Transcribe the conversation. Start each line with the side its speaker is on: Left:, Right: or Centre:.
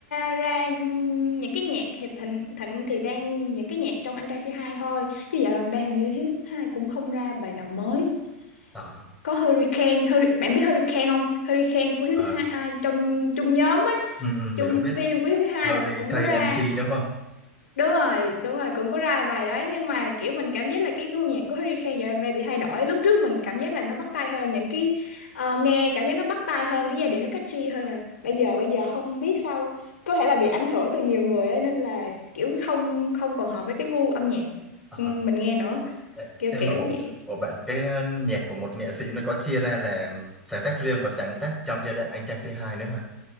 Left: ra những cái nhạc thì thịnh thịnh thì đang những cái nhạc trong anh trai C2 thôi chứ dạo gần đây hình như hiếu thứ hai cũng không ra bài nào mới
Centre: ờ
Left: có Hurricane Hurri- bạn biết Hurricane không Hurricane của hiếu
Centre: ờ
Left: thứ hai à, trong chung nhóm ấy
Centre: ừ, ừ,
Left: chung
Centre: mình không biết
Left: team của hiếu thứ hai
Centre: Hurricane
Left: là cũng cũng có ra
Centre: NG đúng không
Left: đúng rồi đúng rồi cũng có ra bài đấy nhưng mà kiểu mình cảm giác là cái gu nhạc của Harry Khan dạo gần đây bị thay đổi lúc trước mình cảm giác là nó bắt tai hơn những cái ờ, nghe cảm giác nó bắt tai hơn cái giai điệu nó catchy hơn là bây giờ bây giờ không biết sao có thể là bị ảnh hưởng từ nhiều người ấy, nên là kiểu không không còn hợp với cái gu âm nhạc
Centre: Ờ.
Left: ừ, mình nghe nữa
Centre: Ê,
Left: kiểu
Centre: Em
Left: kiểu
Centre: ạ ủa,
Left: vậy
Centre: ủa bạn cái ờ, nhạc của một nghệ sĩ nó có chia ra là sáng tác riêng và sáng tác trong giai đoạn Anh Trai C2 nữa hả?